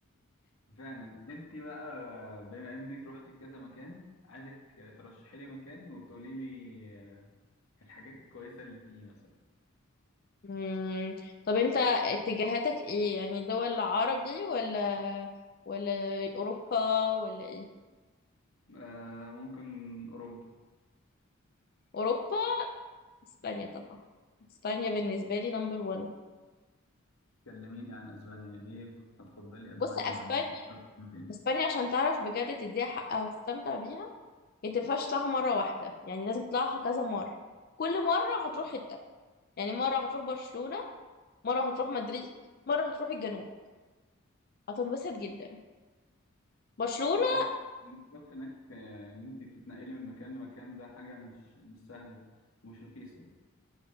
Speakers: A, on the left (about 85°); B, on the left (about 45°).
A: فعلا انت بقى بما انك رحت كذا مكان عايزك ترشحي لي مكان وتقولي لي الحاجات الكويسة اللي فيه مثلا
B: مم. طب انت اتجاهاتك ايه يعني دول عربي ولا ولا اوروبا ولا ايه
A: آه ممكن أوروبا
B: اوروبا اسبانيا طبعا اسبانيا بالنسبه لي نمبر 1
A: كلميني عن اسبانيا ليه هتفضلي
B: بص
A: اسبانيا
B: اسبانيا
A: عن مصر تاني
B: اسبانيا عشان تعرف بجد تديها حقها وتستمتع بيها انت مينفعش تطلعها مره واحده يعني لازم تطلعها كذا مره كل مره هتروح حته يعني مره هتروح برشلونه مره هتروح مدريد مره هتروح الجنوب هتنبسط جدا برشلونه
A: اه آه، المواصلات هناك آه، إن أنت تتنقلي من مكان لمكان ده حاجة مش مش سهلة ومش رخيصة